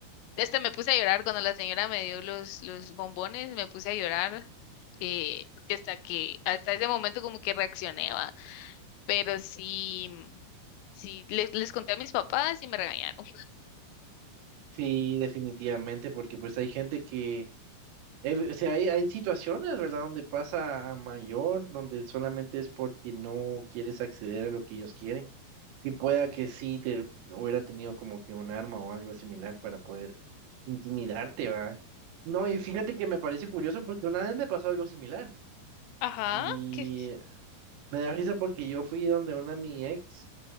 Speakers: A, on the left; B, on the right.
A: Este me puse a llorar cuando la señora me dio los, los bombones, me puse a llorar, eh, porque hasta que, hasta ese momento como que reaccioné, va. Pero sí, sí, les, les conté a mis papás y me regañaron.
B: sí, definitivamente, porque pues hay gente que Eh, o sea, hay, hay situaciones, ¿verdad?, donde pasa a mayor, donde solamente es porque no quieres acceder a lo que ellos quieren. Y pueda que sí te hubiera tenido como que un arma o algo similar para poder intimidarte, ¿va? No, y fíjate que me parece curioso porque una vez me pasó algo similar.
A: Ajá,
B: Y
A: que
B: me da risa porque yo fui donde una mi ex